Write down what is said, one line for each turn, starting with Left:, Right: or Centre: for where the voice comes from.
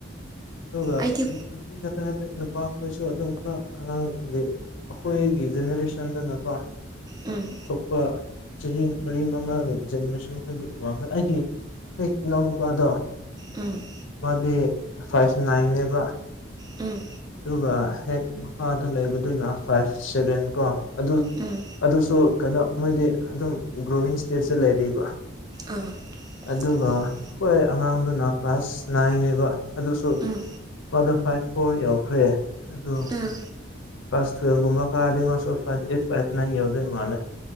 Left: ꯑꯗꯨꯒ
Right: ꯑꯩꯗꯤ
Left: ꯅꯨꯄꯤ ꯈꯛꯇ ꯅꯠꯇꯦ ꯅꯨꯄꯥꯈꯣꯏꯁꯨ ꯑꯗꯨꯝ ꯈꯔ ꯑꯉꯥꯡꯒꯤ ꯑꯈꯣꯏꯒꯤ ꯖꯦꯅꯦꯔꯦꯁꯟꯗꯅꯀꯣ
Right: ꯎꯝ
Left: ꯊꯣꯛꯄ ꯆꯍꯤ ꯃꯔꯤ ꯃꯉꯥꯒ ꯖꯦꯅꯦꯔꯦꯁꯟ ꯈꯣꯏꯗꯤ ꯋꯥꯡꯈ꯭ꯔꯦ ꯑꯩꯗꯤ ꯍꯦꯛ ꯏꯅꯥꯎꯅꯨꯄꯥꯗꯣ
Right: ꯎꯝ
Left: ꯃꯥꯗꯤ ꯐꯥꯏꯚ ꯅꯥꯏꯟꯅꯦꯕ
Right: ꯎꯝ
Left: ꯑꯗꯨꯒ ꯍꯦꯛ ꯃꯈꯥꯗ ꯂꯩꯕꯗꯨꯅ ꯐꯥꯏꯚ ꯁꯚꯦꯟ ꯀꯣ ꯑꯗꯨ
Right: ꯎꯝ
Left: ꯑꯗꯨꯁꯨ ꯀꯩꯅꯣ ꯃꯣꯏꯗꯤ ꯑꯗꯨꯝ ꯒ꯭ꯔꯣꯋꯤꯡ ꯏꯁꯇꯦꯖꯇ ꯂꯩꯔꯤꯕ
Right: ꯑꯥ
Left: ꯑꯗꯨꯒ
Right: ꯍꯣꯏ
Left: ꯑꯈꯣꯏ ꯑꯉꯥꯡꯗꯨꯅ ꯀ꯭ꯂꯥꯁ ꯅꯥꯏꯟ ꯅꯦꯕ ꯑꯗꯨꯁꯨ
Right: ꯎꯝ
Left: ꯃꯥꯗꯣ ꯐꯥꯏꯚ ꯐꯣꯔ ꯌꯧꯈ꯭ꯔꯦ ꯑꯗꯨ
Right: ꯑꯥ
Left: ꯀ꯭ꯂꯥꯁ ꯇꯨꯌꯦꯜꯚꯀꯨꯝꯕ ꯀꯥꯔꯗꯤ ꯃꯥꯁꯨ ꯐꯥꯏ ꯑꯩꯠ ꯐꯥꯏꯚ ꯅꯥꯏ ꯌꯥꯎꯗꯣꯏ ꯃꯥꯜꯂꯦ